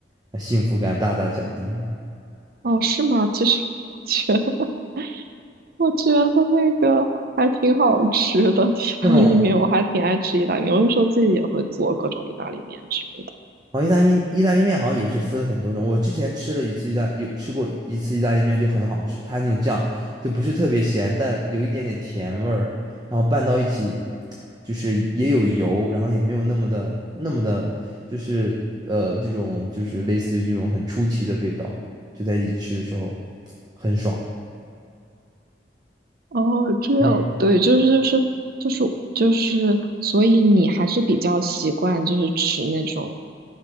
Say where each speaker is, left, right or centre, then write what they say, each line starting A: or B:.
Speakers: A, on the right; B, on the right.
A: 呃幸福感大大降低。
B: 哦，是吗？其实我觉得，我觉得那个还挺好吃的意大利面，
A: 那么。
B: 我还挺爱吃意大利面。我有时候自己也会做各种意大利面之类的。
A: 然后意大利意大利面好像也是分很多种，我之前吃了一次意大有吃过一次意大利面就很好吃，它那个酱就不是特别咸，但有一点点甜味儿，然后拌到一起，就是也有油，然后也没有那么的那么的，就是呃这种就是类似于这种很出奇的味道，就在一起吃的时候很爽。
B: 哦，这样，
A: 嗯
B: 对，就是就是就是就是，所以你还是比较习惯就是吃那种，